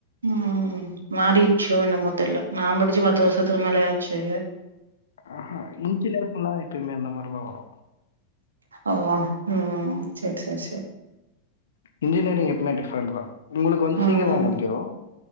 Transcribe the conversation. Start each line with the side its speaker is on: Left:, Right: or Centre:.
Right: உம் மாறிடுச்சோ என்னமோ தெரில்ல நா படிச்சு பத்து வருஷத்துக்கு மேலயாச்சு
Left: ஆஹா இன்ஜினியரிங்க்கல்லா எப்பயுமே அந்த மாரிதா வரும்
Right: ஓ உம் சரி சரி சரி
Left: இன்ஜினியரிங் எப்பவுமே டிஃப்ரண்ட் தா உங்களுக்கு வந்து
Right: ம்
Left: சீக்கிரமா முடிஞ்சிடு